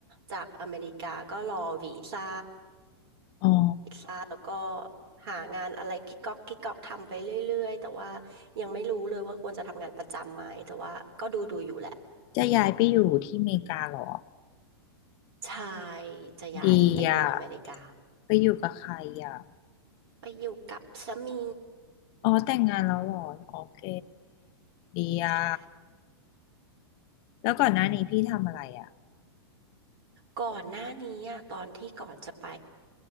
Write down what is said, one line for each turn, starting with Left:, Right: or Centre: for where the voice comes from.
Right: จากอเมริกาก็รอวีซ่า
Left: อ๋อ
Right: แล้วก็หางานอะไรกิ๊กก๊อกกิ๊กก๊อกทำไปเรื่อยๆแต่ว่ายังไม่รู้เลยว่าควรจะทำงานประจำไหมแต่ว่าก็ดูดูอยู่แหละ
Left: จะย้ายไปอยู่ที่อเมริกาเหรอ
Right: ใช่จะย้ายไปอยู่อเมริกา
Left: ดีอ่ะไปอยู่กับใครอ่ะ
Right: ไปอยู่กับสามี
Left: อ๋อแต่งงานแล้วเหรอโอเคดีอ่ะ
Right: ใช่
Left: แล้วก่อนหน้านี้พี่ทำอะไรอ่ะ
Right: ก่อนหน้านี้อะตอนที่ก่อนจะไป